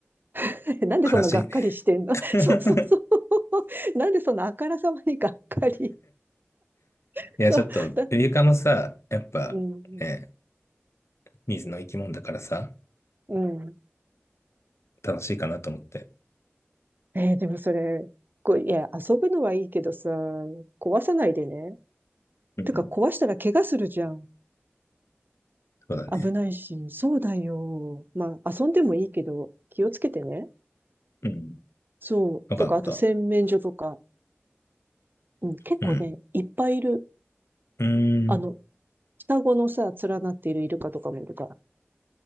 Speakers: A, on the right; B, on the left.
A: <laughs> えなんでそんながっかりしてんの
B: あ、悲しいね。
A: <laughs>
B: <laughs>
A: そうそうそう。<laughs> なんでそんなあからさまにがっかり。<laughs>
B: いや、
A: そう。
B: ちょっと、
A: <laughs> だ
B: イルカもさ、やっぱ、
A: うん。
B: ね、水の生き物だからさ、
A: うん。
B: 楽しいかなと思って。
A: えーでもそれ、こう、いや、遊ぶのはいいけどさ、壊さないでね。
B: うん。
A: てか、壊したら怪我するじゃん。
B: そうだね。
A: 危ないし。そうだよ。まあ、遊んでもいいけど、気をつけてね。
B: うん。
A: そう。
B: よかった。
A: とか、あと洗面所とか。うん、結構ね、
B: うん。
A: いっぱいいる。
B: うーん。
A: あの、双子のさ、連なっているイルカとかもいるから。